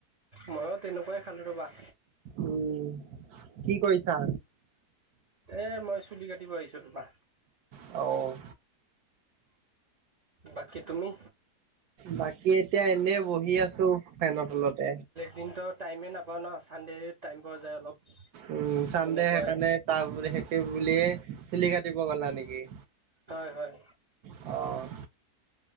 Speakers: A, on the right (about 45°); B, on the right (about 70°).
A: ময়ো তেনেকুৱাই খালোঁ ৰ'বাহ।
B: উম, কি কৰিছা।
A: এ মই চুলি কাটিব আহিছোঁ ৰবা।
B: অ'।
A: বাকী তুমি
B: বাকী এতিয়া এনে বহি আছো ফেনৰ তলতে।
A: দিনটো টাইমেই নাপাওঁ ন চানডে টাইম পোৱা যায় অলপ।
B: উম, চান্দে
A: তেনেকুৱাই
B: সেইকাৰণে তাৰ সেতোৱে বুলিয়ে চুলি কাটিব গলা নেকি?
A: হয়, হয়।
B: অ'।